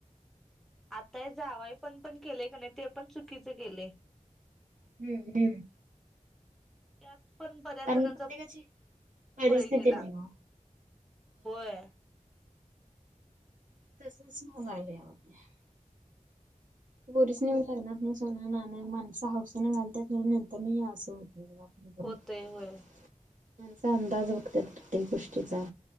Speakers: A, in the centre; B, on the right.
A: आताय जावयपण पण केलेय का नाही ते पण चुकीच केलेय.
B: हम्म हम्म...
A: त्यात पण बऱ्याच
B: कारण
A: जणांचा
B: प्रत्येकाची परिस्थिती
A: बळी गेला.
B: नाही ओ
A: होय.
B: <inaudible> पोरीसनी लग्नात सोनं नान हौसेने घालतात आणि हे असं होतय मग
A: होतय
B: माणसं
A: होय
B: अंदाज बघतात प्रत्येक गोष्टीचा